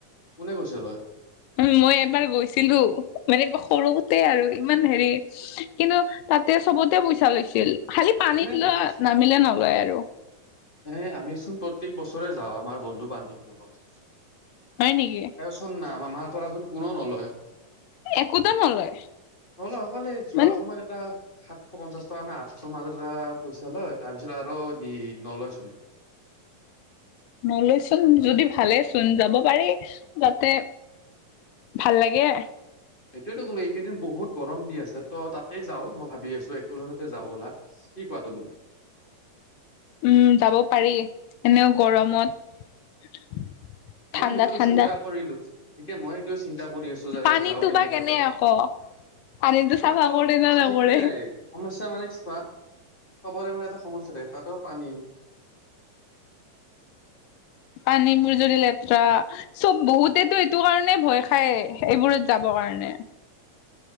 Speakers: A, on the left; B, on the left.
A: কোনে কৈছে লয়?
B: উম, মই এবাৰ গৈছিলো মানে সৰুতে আৰু ইমান হেৰি- কিন্তু তাতে চবতে পইচা লৈছিল, খালি পানীত
A: কোনে কৈছে
B: লোৱা নামিলে নলয় আৰু।
A: এ' আমি চোন প্ৰত্যেক বছৰে যাওঁ, আমাৰ বন্ধু-বান্ধৱীসকল-
B: হয় নেকি?
A: আমাৰ পৰাচোন কোনো নলয়।
B: একোতো নলয়
A: নলয়, অকল এ' যোৱা
B: মানে
A: সময়ত এটা হা- পঞ্চাশ টকা এটা আঠশ মাজত এটা পইচা লয়, তাৰপিছত আৰু দিয়ে নলয় চোন।
B: নলয় চোন যদি ভালে চোন, যাব পাৰি তাতে- ভাল লাগে।
A: এইটোৱেতো ক'লো এইকেইদিন বহুত গৰম দি আছে, ত' তাতে যাওঁ মই ভাবি আছো একোলেণ্ডতে যাওঁ ব'লা। কি কোৱা তুমি?
B: উম, যাব পাৰি। এনেওঁ গৰমত-
A: মইয়ো
B: ঠাণ্ডা
A: সেইটো
B: ঠাণ্ডা
A: চিন্তা কৰিলো, এতিয়া মই সেইটো চিন্তা কৰি আছোঁ। য'
B: পানীতো
A: যাও নেকি
B: বা
A: তাতে,
B: কেনে আকৌ পানীতো
A: পানীটো
B: চাফা কৰে না নকৰে
A: সেইটোৱে। সমস্যা মানে কি চোৱা, চবৰে মানে এটা সমস্যা থাকে তাতো পানী।
B: পানীবোৰ যদি লেতেৰা! চব, বহুতেটো এইটো কাৰণে ভয় খায়, এইবোৰত যাবৰ কাৰণে।